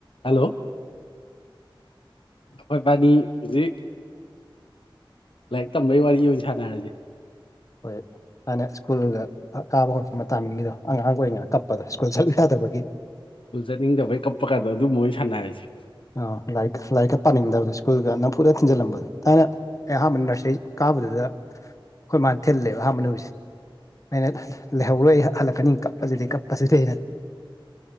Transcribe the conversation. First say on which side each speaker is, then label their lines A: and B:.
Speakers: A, on the left; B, on the left.
A: Hello ꯑꯩꯈꯣꯏ ꯄꯅꯤ ꯍꯧꯖꯤꯛ ꯂꯥꯏꯔꯤꯛ ꯇꯝꯕꯒꯤ ꯋꯥꯔꯤ ꯑꯣꯏꯅ ꯁꯥꯟꯅꯔꯁꯦ
B: ꯍꯣꯏ ꯍꯅ ꯁ꯭ꯀꯨꯜꯒ ꯀꯥꯕ ꯍꯧꯣꯠꯛꯄ ꯇꯥꯃꯤꯡꯉꯗꯣ ꯑꯉꯥꯡꯒ ꯑꯣꯏꯔꯤꯉꯩꯅ ꯀꯞꯄꯗ ꯀꯣꯏ ꯌꯥꯗꯕꯒꯤ
A: ꯁꯜ ꯆꯠꯅꯤꯡꯗꯕꯩ ꯀꯞꯄ ꯀꯥꯟꯗ ꯑꯗꯨꯝ ꯃꯣꯏ ꯁꯥꯟꯅꯔꯁꯤꯦ
B: ꯑꯣ ꯂꯥꯏꯔꯤꯛꯀ ꯂꯥꯏꯔꯤꯛꯀ ꯄꯥꯅꯤꯡꯗꯕꯗꯣ ꯁ꯭ꯀꯨꯜꯒ ꯅꯝ ꯄꯨꯨꯅ ꯊꯤꯟꯖꯜꯂꯝꯕꯗꯣ ꯊꯥꯏꯅ ꯑꯩ ꯑꯍꯥꯟꯕ ꯅꯔꯁꯔꯤ ꯀꯥꯕꯗꯨꯗ ꯑꯩꯈꯣꯏ ꯃꯥꯅ ꯊꯤꯜꯂꯦꯕ ꯑꯍꯥꯟꯕ ꯅꯨꯃꯤꯠꯁꯦ ꯑꯩꯅ ꯂꯩꯍꯧꯔꯣꯏ ꯑꯩ ꯍꯜꯂꯛꯀꯅꯤ ꯀꯞꯄꯁꯤꯗꯤ ꯀꯞꯄꯁꯤꯗꯤ ꯑꯩꯅ